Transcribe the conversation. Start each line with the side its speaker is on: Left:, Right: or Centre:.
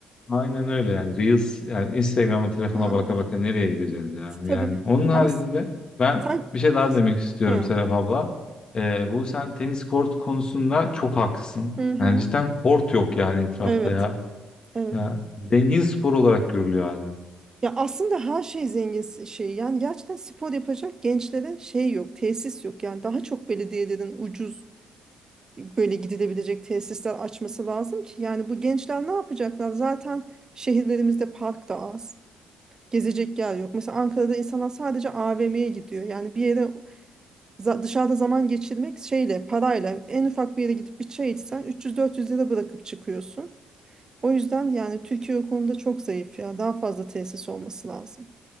Left: Aynen öyle yani. Reels yani Instagram'a telefona
Right: Aa,
Left: baka baka nereye gideceğiz ya?
Right: tabii
Left: Yani onun haricinde
Right: ama s-
Left: ben
Right: sanki...
Left: bir şey daha demek istiyorum
Right: Ha.
Left: Serap abla. Ee, bu sen tenis kort konusunda çok haklısın.
Right: Hı hı.
Left: Yani cidden kort yok yani etrafta
Right: Evet.
Left: ya.
Right: Evet.
Left: Ya zengin spor olarak görülüyor hala.
Right: Ya aslında her şey zengin şey. Yani gerçekten spor yapacak gençlere şey yok, tesis yok. Yani daha çok belediyelerin ucuz böyle gidilebilecek tesisler açması lazım ki. Yani bu gençler ne yapacaklar? Zaten şehirlerimizde park da az. Gezecek yer yok. Mesela Ankara'da insanlar sadece AVM'ye gidiyor. Yani bir yere za- dışarıda zaman geçirmek şeyle, parayla en ufak bir yere gidip bir çay içsen 300-400 lira bırakıp çıkıyorsun. O yüzden yani Türkiye o konuda çok zayıf ya. Daha fazla tesis olması lazım.